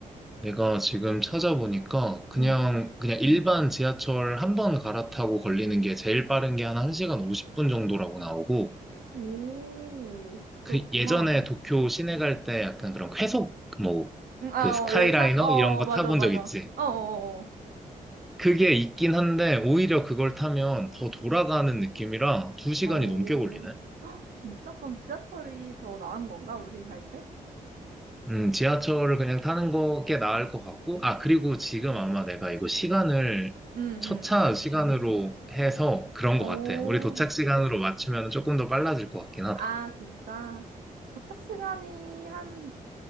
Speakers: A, in the centre; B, on the right.
A: 내가 지금 찾아보니까 그냥
B: 음.
A: 그냥 일반 지하철 한번 갈아타고 걸리는 게 제일 빠른 게 한 1시간 50분 정도라고 나오고
B: 오, 그렇구나.
A: 그 예전에 도쿄 시내 갈 때 약간 그런 회속 뭐
B: 음, 아,
A: 그 스카이라이너
B: 어, 열차? 어, 어,
A: 이런 거
B: 맞아,
A: 타본
B: 맞아.
A: 적 있지?
B: 어, 어,
A: 그게 있긴 한데 오히려 그걸 타면 더 돌아가는 느낌이라 두 시간이
B: 어. 어,
A: 넘게 걸리네.
B: 어. 진짜? 그럼 지하철이 더 나은 건가? 우리 갈 때?
A: 음, 지하철을 그냥 타는 거 꽤 나을 것 같고, 아, 그리고 지금 아마 내가 이거 시간을
B: 음,
A: 첫차 시간으로 해서 그런
B: 음.
A: 것
B: 오,
A: 같아. 우리 도착 시간으로 맞추면 조금 더 빨라질 것 같긴 하다.
B: 아, 진짜. 도착 시간이 한